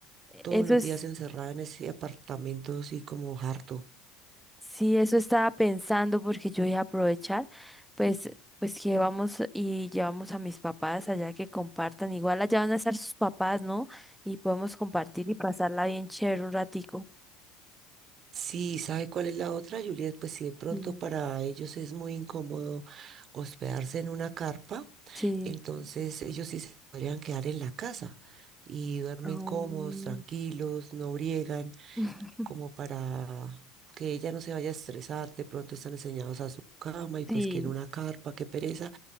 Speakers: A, on the right; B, in the centre.
A: todos
B: Eso
A: los
B: es
A: días encerrada en ese apartamento así como harto.
B: Sí, eso estaba pensando porque yo iba a aprovechar, pues, pues que vamos y llevamos a mis papás allá que compartan. Igual allá van a estar sus papás, ¿no? Y podemos compartir y pasarla bien chévere un ratico.
A: Sí, ¿sabe cuál es la otra, Juliet? Pues si de pronto
B: Sí,
A: para ellos es muy incómodo hospedarse en una carpa,
B: sí.
A: Entonces ellos sí se podrían quedar en la casa y duermen
B: um,
A: cómodos, tranquilos, no briegan,
B: <laughs>
A: como para que ella no se vaya a estresar. De pronto están enseñados a su cama y pues
B: sí,
A: quieren una carpa, qué pereza.